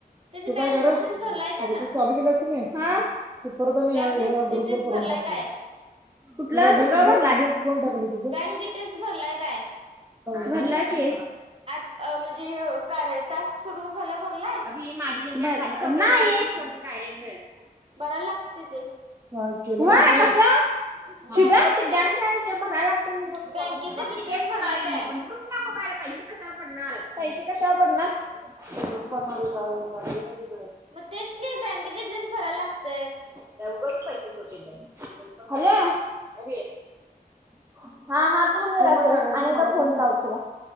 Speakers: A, on the right; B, on the right.
A: त्याची
B: तू
A: बँक
B: काय कर
A: डिटेल्स
B: आता
A: भरलाय त्यानं
B: तू चालू केली आहेस की नाही, हां. तू परत आणि
A: बँक
B: ह्या, ह्या ह्या ग्रुप
A: डिटेल्स
B: वर करून
A: भरलाय
B: टाक ते,
A: काय
B: कुठलं सगळं भरलाय, ले ले ले ले लेफ्ट करून टाकाले. तुझं,
A: बँक डिटेल्स भरलाय काय
B: <unintelligible> भरलाय की.
A: अ... म्हणजे हे कार्यात. टास्क सोडवून झाल्यावर भरलाय?
B: अभी माझी लिंक खाली सोड <unintelligible> डयरेक्ट.
A: धरायला लागतंय ते.
B: काय केलं, <unintelligible> कसं? शुभ्या
A: बँकेच
B: ते बँक
A: ब-
B: राहिलीया भरा लागतंय म्हणं
A: बँकेचे
B: फाॅर्म, बघ
A: डिटेल्स
B: की तेच म्हणालोय
A: भरलाय काय?
B: मी पण प्रुप- नको करा, पैसे कशाव पडणार, पैसे कशाव पडणार? <unintelligible>
A: मग तेच की, बँके डिटेल्स भरा लागतंय.
B: उगाचंच पैसे <unintelligible> हॅलो. हा हा, थांब जरासं आणि एकदा फोन लाव तुला.